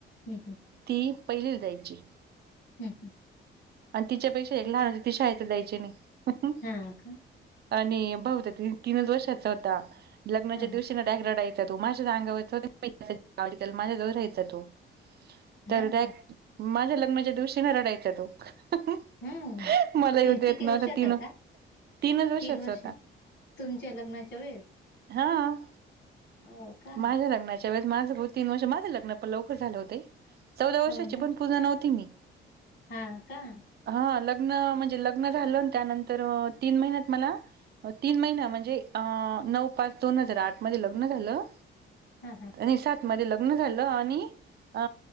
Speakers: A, on the left; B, on the right.
A: हू हू.
B: ती पहिलीला जायची.
A: हं ह.
B: आणि तिच्या पेक्षा एक लहान ती शाळेतच जायची नाही. <inaudible>
A: हा का?
B: आणि बहुदा तीनच वर्षाचा होता. लग्नाच्या
A: हां हां
B: दिवशी ना डाग राडा यचा. तो माझ्याच अंगावर माझ्याजवळ राहायचा तो तर
A: हां का?
B: माझ्या लग्नाच्या दिवशी न रडायचां तो. <inaudible>
A: हम्म.
B: मला
A: कि
B: येऊ देत
A: किती
B: नव्हता
A: वर्षाचा
B: तीण.
A: होता?
B: तीनच वर्षाचा
A: तीन वर्ष
B: होता.
A: तुमच्या लग्नाच्या वेळेस?
B: हां.
A: हो का?
B: माझ्या लग्नाच्या च्या वेळेस माझं भाऊ तीन वर्ष, माझं लग्न पण लवकर झालं होते. चौदा वर्षाची
A: हो ना.
B: पण पूर्ण नव्हती मी.
A: हा का?
B: हा लग्न म्हंजे लग्न झालं, त्यानंतर तीन महिन्यात मला तीन महिन म्हणजे अ नऊ पाच दोन हजार आठ मध्ये लग्न झालं.
A: हा हा.
B: आणि सात मध्ये लग्न झालं आणि अ